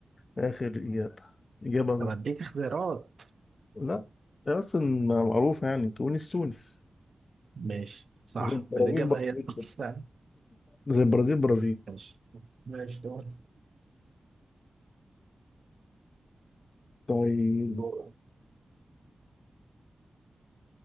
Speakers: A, on the left (about 45°); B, on the right (about 55°).
A: آخر إجابة إجابة
B: طب اديك اختيارات
A: لا هي أصلا معروفة يعني تونس تونس
B: ماشي صح
A: زي البرازيل
B: الإجابة
A: برازيل
B: هي تونس
A: كده.
B: فعلا
A: زي البرازيل برازيل
B: ماشي ماشي دور
A: طيب
B: دور